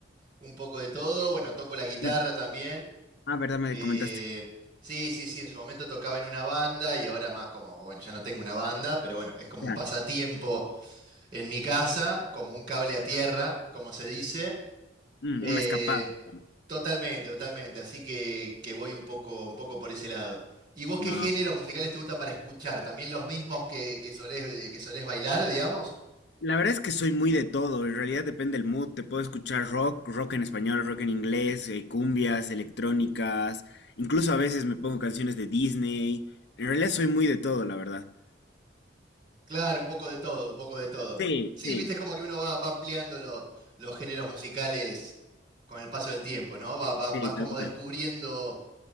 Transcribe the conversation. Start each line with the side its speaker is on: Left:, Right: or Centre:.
Right: un poco de todo. Bueno, toco la guitarra
Left: Mm.
Right: también.
Left: Ah, verdad, me
Right: Eh,
Left: comentaste.
Right: sí, sí, sí, en su momento tocaba en una banda y ahora más como, bueno, ya no tengo una banda, pero bueno, es como
Left: Claro,
Right: un pasatiempo en mi casa, como un cable a tierra, como se dice.
Left: mm,
Right: Eh,
Left: una escapada, digamos.
Right: totalmente, totalmente, así que, que voy un poco, un poco por ese lado. ¿Y vos qué
Left: No,
Right: géneros musicales te gusta para escuchar? ¿También los mismos que, que solés, que solés bailar, digamos?
Left: la verdad es que soy muy de todo, en realidad depende del mood, te puedo escuchar rock, rock en español, rock en inglés, eh, cumbias, electrónicas, incluso a veces me pongo canciones de Disney, en realidad soy muy de todo, la verdad.
Right: Claro, un poco de todo, un poco de todo.
Left: Sí,
Right: Sí,
Left: sí,
Right: viste, es como que uno va, va ampliando lo- los géneros musicales con el paso del tiempo, ¿no? Va- va- vas
Left: sí,
Right: como
Left: tal
Right: descubriendo,
Left: cual.